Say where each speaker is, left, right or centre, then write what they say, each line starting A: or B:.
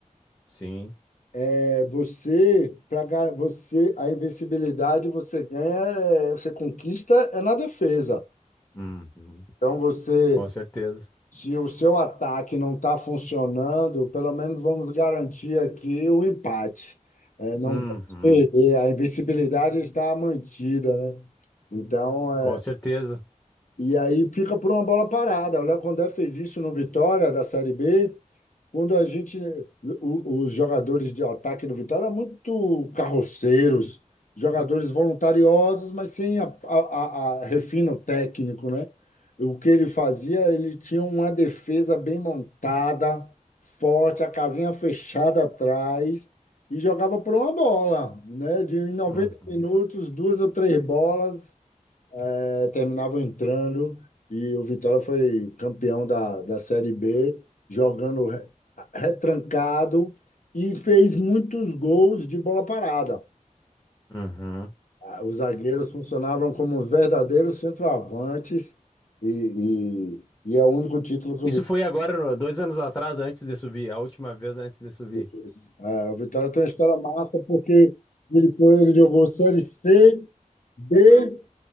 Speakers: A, on the left (about 15°); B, on the left (about 70°).
A: Sim.
B: É, você, para você, a invencibilidade você ganha, é, você conquista é na defesa.
A: Uhum.
B: Então você,
A: Com certeza.
B: se o seu ataque não está funcionando, pelo menos vamos garantir aqui o empate. É, não
A: Uhum.
B: pode perder, a invencibilidade está mantida, né? Então, é,
A: Com certeza.
B: e aí fica por uma bola parada. O Léo Condé fez isso no Vitória da Série B, quando a gente, o- os jogadores de ataque do Vitória eram muito carroceiros, jogadores voluntariosos, mas sem a, a, a- a- refino técnico, né? O que ele fazia, ele tinha uma defesa bem montada, forte, a casinha fechada atrás e jogava por uma bola, né? De em 90
A: Uhum.
B: minutos, duas ou três bolas é, terminavam entrando e o Vitória foi campeão da, da Série B, jogando re- retrancado e fez muitos gols de bola parada.
A: Uhum.
B: Ah, Os zagueiros funcionavam como verdadeiros centroavantes e, e, e é o único título que
A: Isso
B: o Vitória
A: foi agora, no- dois anos atrás, antes de subir. A última vez antes de subir.
B: fez. É, o Vitória tem uma história massa porque ele foi, ele jogou Série C, B